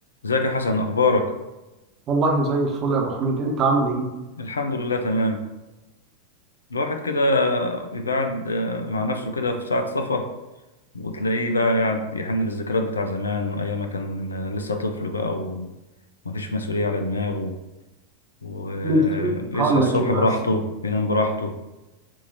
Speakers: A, on the left; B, on the right.
A: ازيك يا حسن اخبارك
B: والله زي الفل يا ابو حميد انت عامل ايه
A: الحمد لله تمام الواحد كده بيقعد آه، مع نفسه كده في ساعة صفا وتلاقيه بقى قاعد يحن للذكريات بتاع زمان وايام ما كان آه، لسه طفل بقى ومفيش مسؤولية على دماغه ويصحى
B: من في... هقول
A: الصبح
B: لك ايه بس
A: براحته ينام براحته